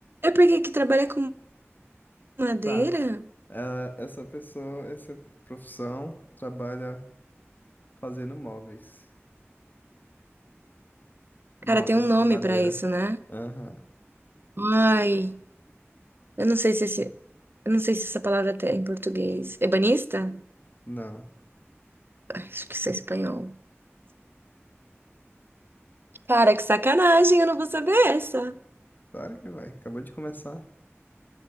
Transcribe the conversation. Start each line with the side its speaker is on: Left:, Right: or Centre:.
Right: É porque que trabalha com madeira?
Left: Tá. Ah, essa pessoa, essa profissão trabalha fazendo móveis. Móveis
Right: Cara, tem um nome
Left: de madeira.
Right: pra isso, né?
Left: Aham.
Right: Ai, eu não sei se esse... Eu não sei se essa palavra até é em português. Ebanista?
Left: Não.
Right: Acho que isso é espanhol. Cara, que sacanagem, eu não vou saber essa.
Left: Claro que vai. Acabou de começar.